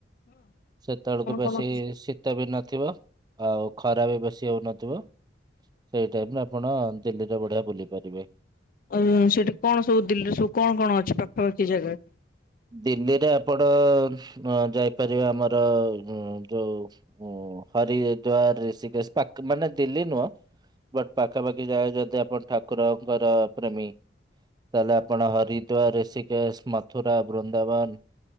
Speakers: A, on the right; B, on the left.
A: ସେତେବେଳକୁ ବେଶୀ
B: କଣ ହଁ।
A: ଶୀତ ବି ଥିବ ଆଉ ଖରା ବି ବେଶୀ ହଉନଥିବ ସେଇ ଟାଇମରେ ଆପଣ ଦିଲ୍ଲୀଟା ବଢିଆ ବୁଲିପାରିବେ।
B: ଉଁ ସେଠି କଣ ସବୁ ଦିଲ୍ଲୀରେ ସବୁ କଣ କଣ ଅଛି ପାଖାପାଖି ଜାଗା
A: ଦିଲ୍ଲୀରେ ଆପଣ ଉଁ ଯାଇପାରିବେ ଆମର ଉଁ ଯୋଉ ଉଁ ହରିଦ୍ୟାର ରିଷିକେଶ ପାକ ମାନେ ଦିଲ୍ଲି ନୁହଁ। ବଟ୍ ପାଖାପାଖି ଯାଗା ଯଦି ଆପଣ ଠାକୁରଙ୍କର ପ୍ରେମୀ। ତାହେଲେ ଆପଣ ହରିଦ୍ୟାର ରେଷିକେସ୍ ମଥୁର ମଥୁରା ବୃନ୍ଦାବନ